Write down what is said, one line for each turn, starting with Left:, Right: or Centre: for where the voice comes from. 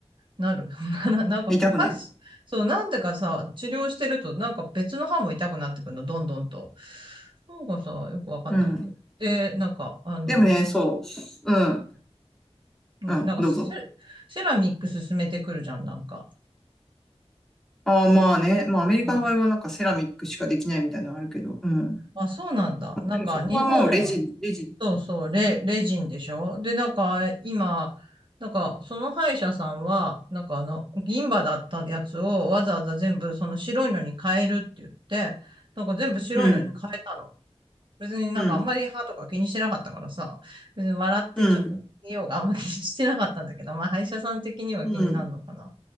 Right: なる。<laughs> な、なんか歯医者、
Centre: 痛くなる。
Right: そう、なんでかさ、治療してるとなんか別の歯も痛くなってくるの、どんどんと。なんかさ、よくわかんないんで。
Centre: うん。
Right: で、なんか、あの、
Centre: でもね、
Right: うん
Centre: そう。うん。
Right: ね、
Centre: うんどうぞ。
Right: なんかセラ、セラミック進めてくるじゃん、なんか。
Centre: ああ、まあね。まあ、アメリカの場合はなんかセラミックしかできないみたいなのあるけど。
Right: うん。
Centre: うん。
Right: あ、そうなんだ。なんか、
Centre: でもそこはもうレジン、
Right: 日本は
Centre: レジン。
Right: そうそう、レ、レジンでしょで、なんか、今、なんか、その歯医者さんは、なんかあの、銀歯だったやつをわざわざ全部その白いのに変えるって言って、なんか全部白いのに変えたの。
Centre: うん、
Right: 別になんかあんまり歯とか気にしてなかったからさ、
Centre: うん、
Right: 別に笑ってちょっと見ようがあんま気にしてなかったんだけど、
Centre: うん、
Right: まあ歯医者さん的には気になるのかな。
Centre: うん、